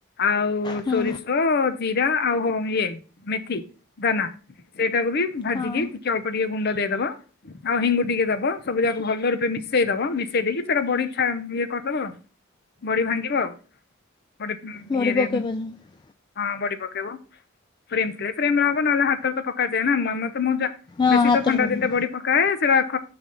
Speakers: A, on the left; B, on the left.
A: ଆଉ
B: ହୁଁ
A: ସୋରିଷ, ଜିରା ଆଉ ହ ଇଏ ମେଥି ଦାନା। ସେଇଟାକୁ ବି ଭାଜିକି
B: ହଁ
A: ଟିକେ ଅଳ୍ପ ଟିକେ ଗୁଣ୍ଡ ଦେଇଦବା। ଆଉ ହିଙ୍ଗୁ ଟିକେ ଦବ ସବୁ ଯାକୁ ଭଲ ରୂପେ ମିଶେଇ ଦବ ମିଶେଇ ଦେଇକି ସେଇଟା ବଢି ଇଛା ଇଏ କରିଦବ। ବଡି ଭାଙ୍ଗିବ ଆଉ
B: ବଢ଼ି
A: ଇରେ।
B: ପକେଇ ପାରୁଛନ୍ତି
A: ହଁ ବଡି ପକେଇବ ଫ୍ରେମ ଥିଲେ ଫ୍ରେମ ରହବ ନହେଲେ ହାତରେ ତ ପକାଯାଏ ନା ମାମ ତା
B: ହଁ
A: ବେଶୀ
B: ହାତରେ
A: ତ ଥଣ୍ଡା
B: ପକେଇ
A: ଦିନରେ ବଡି ପକାଏ ସେଟାଖ